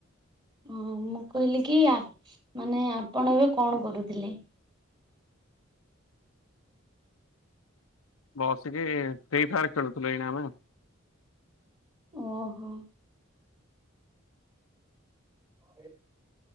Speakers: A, on the right (about 20°); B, on the left (about 80°).
A: ହଁ ମୁଁ କହିଲି କି ଆ ମାନେ ଆପଣ ଏବେ କଣ କରୁଥିଲେ?
B: ବସିକି ଫ୍ରି ଫାୟାର ଖେଳୁଥିଲୁ ଏଇନା ଆମେ।
A: ଓହୋ। ଏ